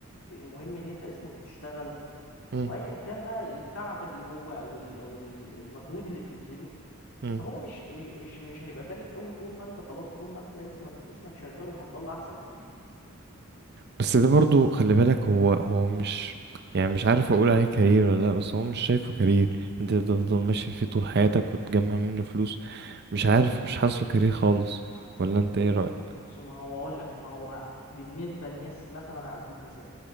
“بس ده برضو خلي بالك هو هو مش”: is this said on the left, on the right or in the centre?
Right